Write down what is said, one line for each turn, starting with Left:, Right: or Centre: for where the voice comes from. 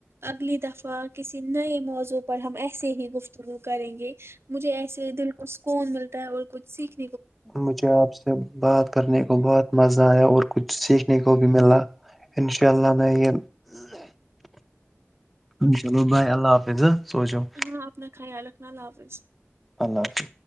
Right: اگلی دفعہ کسی نئے موضوع پر پر ہم ایسے ہی گفتگو کریں گے مجھے ایسے دل کو سکون ملتا اور کچھ سیکھ
Centre: مجھے آپ سے بات کرنے کو بہت مزہ اور کچھ سیکھنے کو بھی ملا انشاء اللہ میں یہ اناء اللہ بھائی اللہ حافظ سو جاؤ
Right: ہاں اپنا خیال رکھنا اللہ حافظ
Centre: اللہ حافظ